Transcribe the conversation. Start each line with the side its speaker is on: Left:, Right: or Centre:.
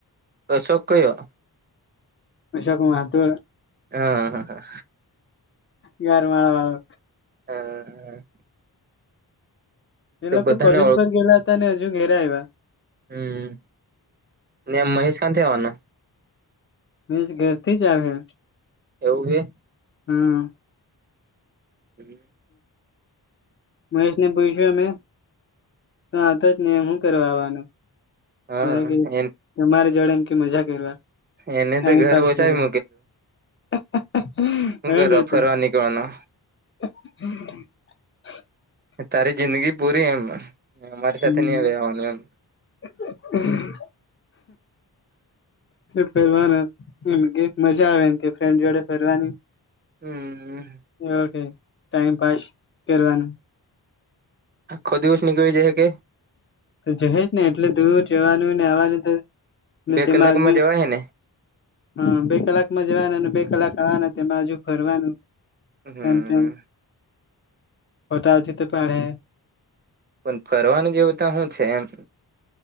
Right: અશોક કયો?
Left: અશોક મહતો
Right: હા હા
Left: ઘેરવાળ વાળો
Right: હા હા
Left: એ લોકો
Right: બધાને
Left: કોલેજ
Right: ઓળખ
Left: પર ગેલા હતા અને અજુ ઘેરે આયવા
Right: હમ ને મહેશ કા થી આવાનું?
Left: મહેસ ઘર થી જ આવહે
Right: એવુંકે
Left: હમ
Right: પહિ
Left: મહેશને પૂયછું અમે તું આવતો નહી એમ શું કરવા આવવાનું?
Right: હા
Left: જ્યારે કે તમારી જોડે એમ કે મજા કરવા
Right: એને
Left: ટાઈમ
Right: તો ઘર
Left: પાસ
Right: ઓછાવી
Left: કરવા <inaudible>
Right: હુ
Left: હે
Right: કરવા
Left: ને
Right: ફરવા
Left: તો
Right: નીકળવાનો?
Left: <inaudible>
Right: તારી જિંદગી પૂરી એમ અમારી
Left: હમ
Right: સાથે નહીં રહેેવાનું એમ.
Left: <inaudible> ફરવાનું એમ કે મજા આવે એમ કે ફ્રેન્ડ જોડે ફરવાની.
Right: હમ
Left: ઓવુકે ટાઈમ પાસ કરવાનું
Right: આખો દીવસ નીકળી જે હે કે?
Left: તો જહેજ ને એટલે દૂર જવાનું ને આવવાનું તો. ને
Right: બે
Left: તેમાંજ
Right: કલાકમાં જવાય હે ને
Left: હા બે કલાકમાં જવાના અને બે કલાક આવવાના તેમાં હજુ ફરવાનું
Right: હમ
Left: <unintelligible> બધા આજે તો પાડ હે
Right: પણ ફરવાનું કેવું તા હું છે એમ.